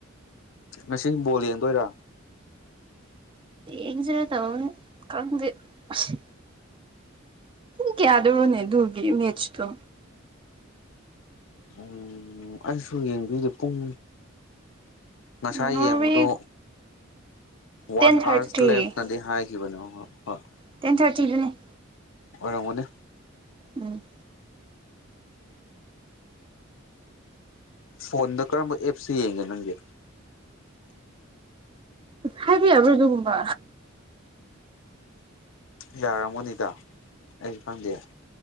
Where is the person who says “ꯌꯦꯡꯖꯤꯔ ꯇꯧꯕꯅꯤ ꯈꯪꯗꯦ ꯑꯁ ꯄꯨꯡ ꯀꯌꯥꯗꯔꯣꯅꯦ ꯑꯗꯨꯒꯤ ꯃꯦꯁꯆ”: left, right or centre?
Right